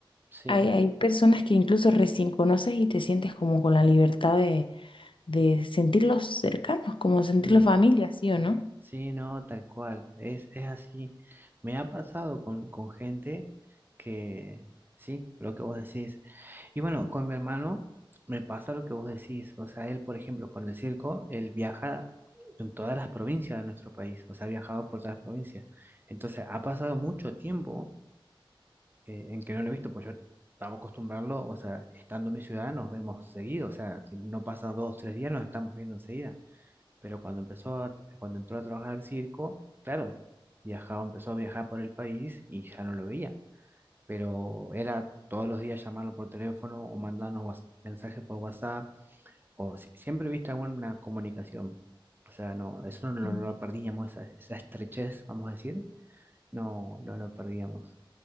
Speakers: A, on the right; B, on the left.
A: sí,
B: hay, hay personas que incluso recién conoces y te sientes como con la libertad de, de sentirlos cercanos, como sentirlos
A: sí,
B: familia, ¿sí o no?
A: sí, no, tal cual. Es, es así. Me ha pasado con, con gente que, sí, lo que vos decís. Y bueno, con mi hermano me pasa lo que vos decís. O sea, él, por ejemplo, con el circo, él viaja en todas las provincias de nuestro país. O sea, ha viajado por todas las provincias. Entonces, ha pasado mucho tiempo eh, en que no lo he visto, pues yo estaba acostumbrado, o sea, estando en mi ciudad nos vemos seguido. O sea, si no pasa dos, tres días, nos estamos viendo enseguida. Pero cuando empezó a- cuando entró a trabajar al circo, claro, viajaba, empezó a viajar por el país y ya no lo veía pero era todos los días llamarlo por teléfono o mandarnos whats- mensajes por WhatsApp, o si- siempre viste alguna comunicación. O sea, no, eso no lo,
B: Ujú.
A: no lo perdíamos, esa, esa estrechez, vamos a decir, no, no lo perdíamos.